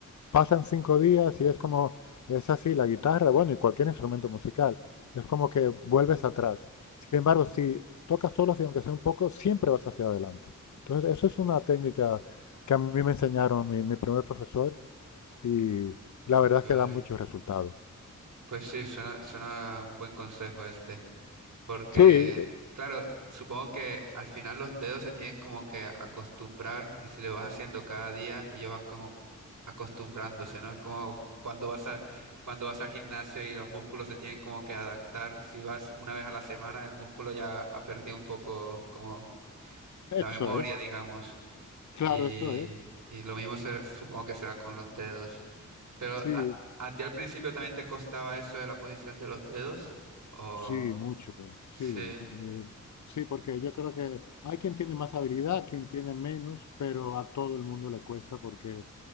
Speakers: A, on the left; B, on the right.
A: Pasan cinco días y es como, es así, la guitarra, bueno, y cualquier instrumento musical, es como que vuelves atrás. Sin embargo, si tocas solo y aunque sea un poco, siempre vas hacia adelante. Entonces, eso es una técnica que a mí me enseñaron mi, mi primer profesor y la verdad
B: Vale.
A: es que da muchos resultados.
B: Pues sí, suena, suena un buen consejo este, porque,
A: Sí, eh,
B: claro, supongo que al final los dedos se tienen como que acostumbrar y si lo vas haciendo cada día, ellos van como acostumbrándose, ¿no? Es como cuando vas a, cuando vas al gimnasio y los músculos se tienen como que adaptar, si vas una vez a la semana, el músculo ya ha perdido un poco como
A: eso
B: la memoria,
A: es,
B: digamos.
A: claro,
B: Y,
A: eso es.
B: y lo mismo se- supongo que será con los dedos. Pero
A: Sí,
B: a, a ti al principio también te costaba eso de la posición de los dedos. O
A: sí, mucho, sí.
B: sí,
A: eh, sí, porque yo creo que hay quien tiene más habilidad, quien tiene menos, pero a todo el mundo le cuesta porque